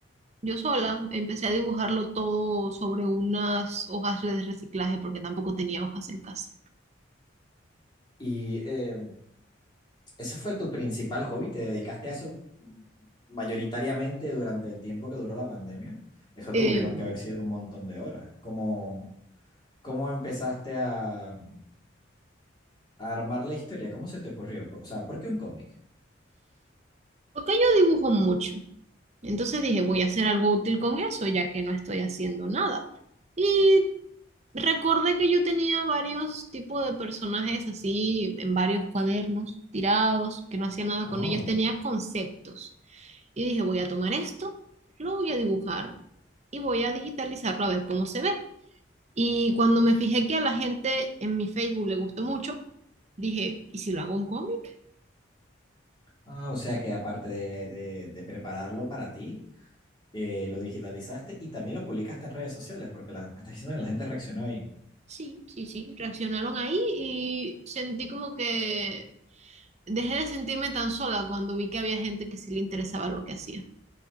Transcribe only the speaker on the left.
¿Y eh, ese fue tu principal hobby? ¿Te dedicaste a eso mm, mayoritariamente durante el tiempo que duró la pandemia? Eso
tuvieron que haber sido un montón de horas. ¿Cómo, ¿Cómo empezaste a, a armar la historia? ¿Cómo se te ocurrió? O sea, ¿por qué un cómic?
Oh,
ah, o sea que aparte de, de- de prepararlo para ti, eh, lo digitalizaste y también lo publicaste en redes sociales, porque la- me estás diciendo que la gente reaccionó ahí.